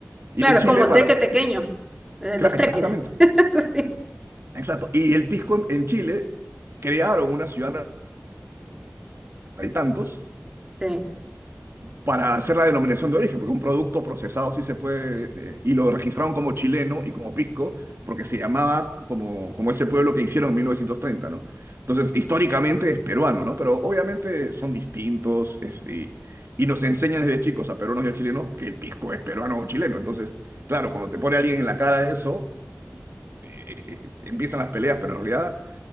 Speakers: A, on the right (about 70°); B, on the right (about 20°).
A: Y
B: claro,
A: en Chile,
B: es como
A: para...
B: teque tequeño, eh,
A: cla-
B: los teques.
A: exactamente,
B: <laughs> Sí.
A: exacto. Y el pisco en, en Chile crearon una ciudad de tantos
B: Sí.
A: para hacer la denominación de origen, porque un producto procesado sí se puede, eh, y lo registraron como chileno y como pisco, porque se llamaba como, como ese pueblo que hicieron en 1930, ¿no? Entonces, históricamente es peruano, ¿no? Pero obviamente son distintos es- y, y nos enseñan desde chicos a peruanos y a chilenos que el pisco es peruano o chileno. Entonces, claro, cuando te pone alguien en la cara eso, eh, eh, eh, empiezan las peleas, pero en realidad